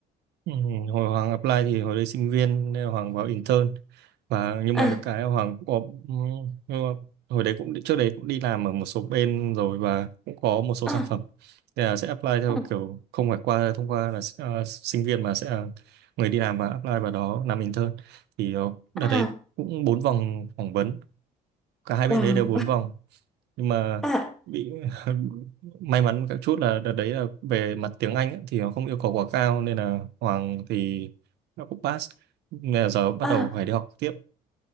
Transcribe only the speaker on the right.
Ừ, hồi Hoàng apply thì hồi đấy sinh viên nên là Hoàng vào intern và nhưng
mà được cái là Hoàng cũng có ừ, nhưng mà hồi đấy cũng trước đấy cũng đi làm ở một số bên rồi và cũng có một số
sản phẩm Thế là sẽ apply theo
kiểu không phải qua thông qua là ờ, sinh viên mà sẽ là người đi làm và apply vào đó làm intern thì ờ, đợt
đấy cũng bốn vòng phỏng vấn cả hai bên
đấy đều bốn vòng nhưng mà
bị <laughs> may mắn các chút là đợt đấy là về mặt tiếng Anh ấy, thì nó không yêu cầu quá cao nên là Hoàng thì nó cũng pass nên là giờ bắt
đầu phải đi học tiếp